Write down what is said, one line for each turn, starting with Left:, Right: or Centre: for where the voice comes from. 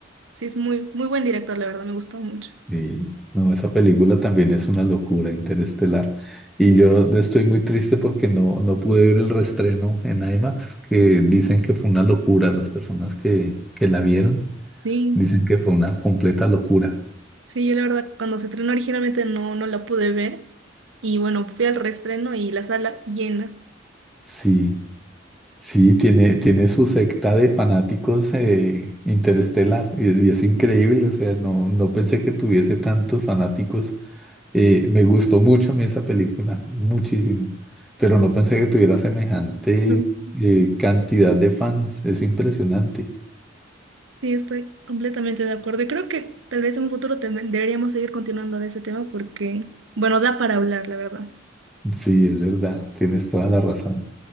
Right: sí es muy, muy buen director, la verdad, me gustó mucho.
Centre: Sí, no, esa película también es una locura interestelar. Y yo estoy muy triste porque no, no pude ver el reestreno en IMAX, que dicen que fue una locura. Las personas que, que la vieron
Right: Sí,
Centre: dicen que fue una completa locura.
Right: sí, yo la verdad, cuando se estrenó originalmente no, no la pude ver. Y bueno, fui al reestreno y la sala llena.
Centre: Sí, sí, tiene, tiene su secta de fanáticos eh, interestelar y, y es increíble. O sea, no, no pensé que tuviese tantos fanáticos Eh, me gustó mucho a mí esa película, muchísimo, pero no pensé que tuviera semejante
Right: Ujú.
Centre: eh, cantidad de fans, es impresionante.
Right: Sí, estoy completamente de acuerdo. Y creo que tal vez en un futuro tem- deberíamos seguir continuando de ese tema porque, bueno, da para hablar, la verdad.
Centre: Sí, es verdad, tienes toda la razón.